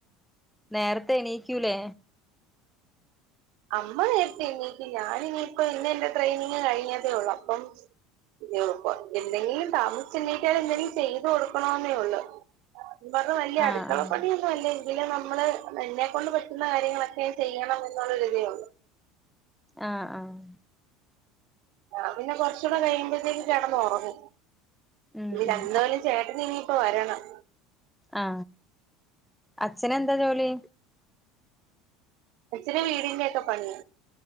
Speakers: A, in the centre; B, on the right.
A: നേരത്തെ എണീക്കൂലേ
B: അമ്മ നേരത്തെണീക്കും ഞാനിനി ഇന്നെന്റെ ട്രെയിനിങ് കഴിഞ്ഞതേ ഉള്ളൂ അപ്പം- <unintelligible> പ്പൊ എന്തെങ്കിലും താമസിചെണീറ്റാലെന്തെങ്കിലും ചെയ്തു കൊടുക്കണോന്നേഒള്ളു <unintelligible> പറഞ്ഞു വല്യഅടുക്കളപ്പണിയൊന്നും
A: ആഹ് ആഹ്
B: അല്ലേൽ <inaudible> നമ്മള് എന്നെക്കൊണ്ട് പറ്റുന്ന കാര്യങ്ങളൊക്കെ ചെയ്യണം എന്നുള്ളരേതേയൊള്ളു
A: ആഹ് ആഹ്
B: ഞാ പിന്നെ കൊറചൂടെ കഴിയുമ്പോത്തേക്ക് കെടന്നുറങ്ങും <unintelligible>
A: ഉം
B: ഇന്ന രന്ന
A: ഉം
B: പോലും ചേട്ടന് ഇനിയിപ്പോ വരണം
A: ആ അച്ഛനെന്താ ജോലി
B: അച്ഛന് വീടിന്റെയൊക്കെ പണി